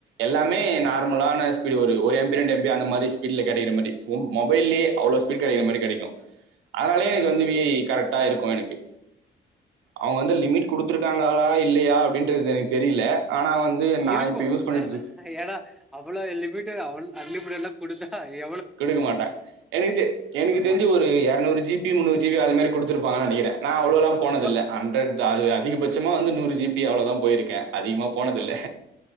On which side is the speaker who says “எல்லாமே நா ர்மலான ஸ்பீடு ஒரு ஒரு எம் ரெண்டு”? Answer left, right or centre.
Right